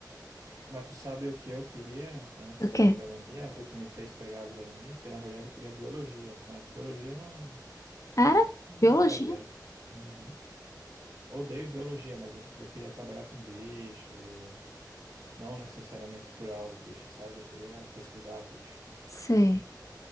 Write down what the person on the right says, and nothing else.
Mas tu sabe o que eu queria antes
de
agronomia? O que me fez pegar agronomia? Porque na verdade eu queria biologia, mas biologia não,
não
dá dinheiro. Uhum. Odeio biologia, mas é porque eu queria trabalhar com bicho e não necessariamente curar os bichos, sabe? Eu queria pesquisar bicho.